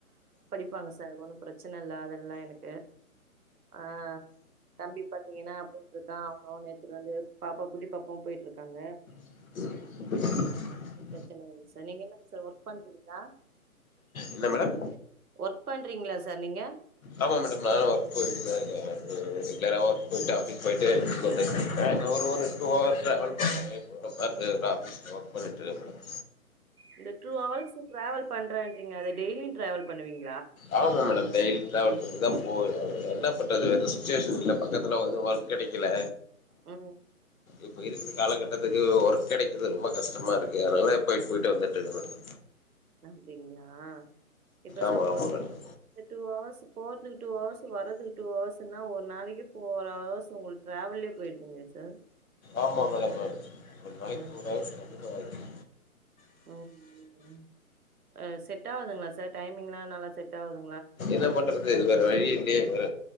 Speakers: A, on the right; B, on the left.
A: ப்பாங்க சார் ஒன்னு ப்ரச்சன இல்ல அதெல்லா எனக்கு ஆ தம்பி பாத்தீங்கன்னா அப்டின்ட்டு இருக்கா அவனு நேத்துட்டு வந்து பாப்பா குட்டி பாப்பாவு போயிட்ருக்காங்க
B: <inaudible>
A: ப்ரச்சனை வருது சார் நீங்க என்ன சார் ஒர்க் பண்றீங்களா
B: என்ன மேடம்
A: ஒர்க் பண்றீங்களா சார் நீங்க
B: ஆமா மேடம் நானும் ஒர்க் போயிட்டு தா இருக்கே அ ரெகுலரா ஒர்க் போயிட்டு ஆபிஸ் போயிட்டு வீட்டுக்கு வந்துட்ருக்கே இன்னு ஒரு ஒரு டூ ஹவர் ட்ராவல் பண்றேங்க இப்போ பர்தேரா ஒர்க் பண்ணிட்ருக்கே மேடம்
A: இந்த டூ ஹவர்ஸ் டிராவல் பண்றேன்றீங்க அத டெய்லியு டிராவல் பண்ணுவீங்
B: ஆமாம் மேடம் டெய்லி ட்ராவல் பண்ணிதா போவே என்ன பண்றது வேற சுச்சுவேஷன் இல்ல பக்கத்துல வந்து ஒர்க் கெடைக்கல
A: ம்
B: இப்ப இருக்குற காலகட்டத்துக்கு ஒர்க் கெடைக்குது ரொம்ப கஷ்டமா இருக்கு அதுனால தா போயிட்டு போயிட்டு வந்துட்ருக்கே மேடம்
A: அப்டிங்களா இப்ப
B: ஆமாம்
A: சப்போஸ்
B: ஆமாம் மேடம்
A: வந்து டூ ஹவர்ஸ் போறதுக்கு டூ ஹவர்ஸ் வர்றதுக்கு டூ ஹவர்ஸ்ன்னா ஒரு நாளைக்கி ஃபோர் ஹவர்ஸ் உங்களுக்கு ட்ராவல்லயே போயிருதுங்களே சார்
B: ஆமா மேடமு ஒரு நாளைக்கி
A: ம்
B: ஃபோர் ஹவர்ஸ் கண்டிப்பா ஆயிடு
A: ம் அ செட் ஆவுதுங்களா சார் டைமிங்ல நல்லா செட் ஆவுது
B: என்ன பண்றது வேற வழியே இல்லையே வேற